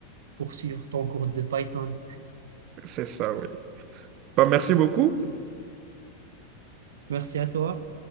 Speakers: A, on the right; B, on the right.
A: poursuivre ton cours de Python.
B: C'est ça, oui. Bah, merci beaucoup.
A: Merci à toi.